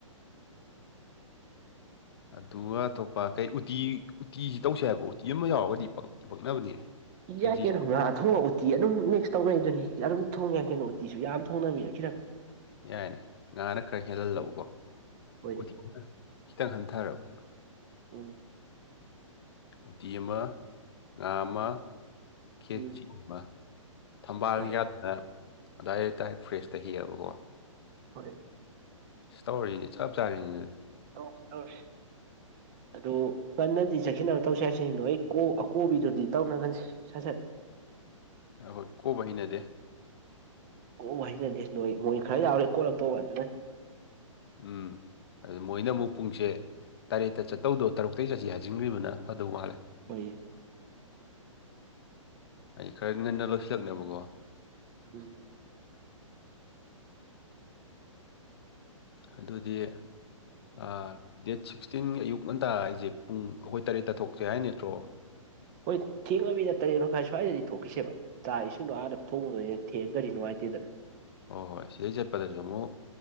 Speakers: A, on the left; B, on the right.
A: ꯑꯗꯨꯒ ꯑꯇꯣꯞꯄ ꯀꯩ ꯎꯇꯤ ꯎꯇꯤꯁꯤ ꯇꯧꯁꯦ ꯍꯥꯏꯕ꯭ꯔꯣ ꯎꯇꯤ ꯑꯃ ꯌꯥꯎꯔꯒꯗꯤ ꯄ ꯄꯛꯅꯕꯅꯦ ꯀꯦꯖꯤ
B: ꯌꯥꯌꯥ ꯀꯩꯅ ꯉ ꯊꯣꯡ ꯎꯇꯤ ꯑꯗꯨꯝ ꯃꯤꯛꯁ ꯇꯧꯅꯩꯗꯨꯅꯤ ꯑꯗꯨꯝ ꯊꯣꯡꯉꯦ ꯀꯩꯅꯣ ꯎꯇꯤꯁꯨ ꯌꯥꯝ ꯊꯣꯡꯅꯕꯗ ꯈꯤꯔꯛ
A: ꯌꯥꯏꯅꯦ ꯉꯥꯅ ꯈꯔ ꯍꯦꯜꯍꯜꯂꯕꯀꯣ
B: ꯎꯝ ꯍꯣꯏꯅꯦ
A: ꯎꯇꯤꯅ ꯈꯤꯇꯪ ꯍꯟꯊꯔꯕ
B: ꯎ
A: ꯎꯇꯤ ꯑꯃ ꯉꯥ ꯑꯃ ꯈꯦꯆ
B: ꯎꯝ
A: ꯑꯃ ꯊꯝꯕꯥꯜ
B: ꯍꯣꯏ
A: ꯌꯥꯛ ꯑ ꯑꯗꯨꯋꯥꯏꯗꯥꯏ ꯐ꯭ꯔꯦꯁꯇ ꯍꯦꯛꯑꯕꯀꯣ
B: ꯍꯣꯏ
A: ꯁꯤ ꯇꯧꯔꯤꯅꯤ ꯆꯞ ꯆꯥꯔꯤꯅꯤ ꯑꯗꯨꯗꯤ
B: ꯑꯣ ꯇꯧꯔꯁꯤ ꯑꯗꯨ ꯀꯟꯅꯗꯤ ꯆꯦꯛꯁꯤꯟꯅꯕ ꯇꯧꯁꯦ ꯍꯥꯏꯁꯤꯅꯣ ꯑꯩ ꯑꯀꯣꯕꯤꯗꯨꯗꯤ ꯇꯧꯅ ꯈꯟꯁꯦ ꯁꯠ ꯁꯠ
A: ꯍꯣꯏ ꯀꯣꯕ ꯍꯅꯗꯦ
B: ꯑꯣ ꯁꯤꯅꯗꯦ ꯅꯣꯏ ꯃꯣꯏ ꯈꯔ ꯌꯥꯎꯔꯦ ꯀꯣꯜꯂꯛꯇꯧꯕ ꯑꯗꯨꯅ
A: ꯎꯝ ꯑꯗꯨ ꯃꯣꯏꯅ ꯑꯃꯨꯛ ꯄꯨꯡꯁꯦ ꯇꯔꯦꯠꯇ ꯆꯠꯇꯧꯗꯣ ꯇꯔꯨꯛꯇꯒꯤ ꯆꯠꯁꯤ ꯍꯥꯏꯖꯤꯟꯈ꯭ꯔꯤꯕꯅ ꯐꯗꯧ ꯋꯥꯠꯂꯦ
B: ꯑꯣꯏꯌꯦ
A: ꯑꯩ ꯈꯔ ꯅꯗ ꯂꯧꯁꯤꯜꯂꯛꯅꯦꯕꯀꯣ
B: ꯎꯝ
A: ꯑꯗꯨꯗꯤ ꯑ ꯗꯦꯠ ꯁꯤꯛꯁꯇꯤꯟ ꯑꯌꯨꯛ ꯉꯟꯇꯥ ꯍꯥꯏꯁꯦ ꯄꯨꯡ ꯑꯩꯈꯣꯏ ꯇꯔꯦꯠꯇ ꯊꯣꯛꯁꯦ ꯍꯥꯏ ꯅꯠꯇ꯭ꯔꯣ
B: ꯍꯣꯏ ꯊꯦꯡꯉꯃꯤꯗ ꯇꯔꯦꯠ ꯃꯈꯥꯏ ꯁ꯭ꯋꯥꯏꯗꯗꯤ ꯊꯣꯛꯈꯤꯁꯦꯕ ꯆꯥ ꯏꯁꯤꯡꯗꯣ ꯑꯥꯗ ꯊꯣꯡꯕꯗꯣꯏꯅꯦ ꯊꯦꯡ ꯈꯔꯗꯤ ꯅꯨꯡꯉꯥꯏꯇꯦꯗꯅ
A: ꯍꯣꯏ ꯍꯣꯏ ꯁꯤꯗꯩ ꯆꯠꯄꯗꯁꯨ ꯑꯃꯨꯛ